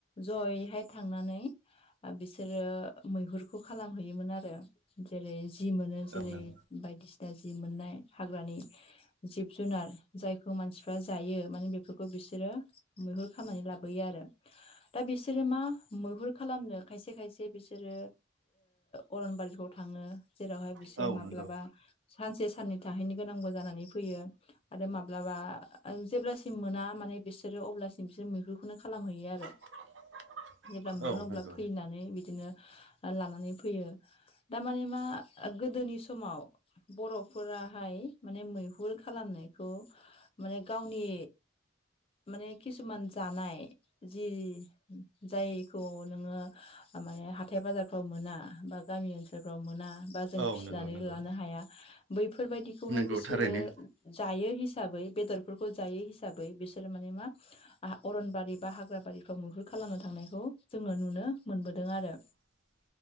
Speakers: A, on the left; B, on the right.
A: जयैहाय थांनानै बिसोरो मैहुरखौ खालामहैयोमोन आरो। जेरै जि मोनो जेरै
B: औ नंगौ
A: बायदिसिना जि मोननाय। हाग्रानि जिब जुनार जायखौ मानसिफ्रा जायो माने बेफोर खौ बिसोरो मैहुर खामनानै लाबोयो आरो। दा बिसोरो मा मैहुर खालामनो खायसे खायसे बिस सोरो उह अरनबारिफ्राव थाङो जेरावहाय बिसोर
B: औ
A: माब्लाबा
B: नंगौ
A: सानसे साननै थाहैनो गोनांबो जानानै फैयो। आरो माब्लाबा जेब्लासिम मोना माने बिसोरो अब्लासिम बिसोर मैहुरखौनो खालामहैयो आरो।
B: <unintelligible>
A: जेब्ला मोनगोन
B: औ
A: अब्ला
B: नंगौ
A: फैनानै बिदिनो लानानै फैयो दा माने मा गोदोनि समाव बर'फोरा हाय माने मैहुर खालामनायखौ माने गावनि माने किसुमान जानाय जि जायखौ नोङो माने हाथाय बाजारफ्राव मोना बा गामि ओनसोलफ्राव मोना। बा जों
B: औ
A: फिसिनानै
B: नंगौ नंगौ
A: लानो हाया बैफोरबायदिखौहाय
B: नंगौ
A: बिसोरो
B: थारैनो
A: जायो हिसाबै बेदरफोरखौ जायो हिसाबै बिसोरो माने मा आ-अरनबारि बा हाग्रा बारिफ्राव मैहुर खालामनो थांनायखौ जोङो नुनो मोनबोदों आरो।
B: <inaudible>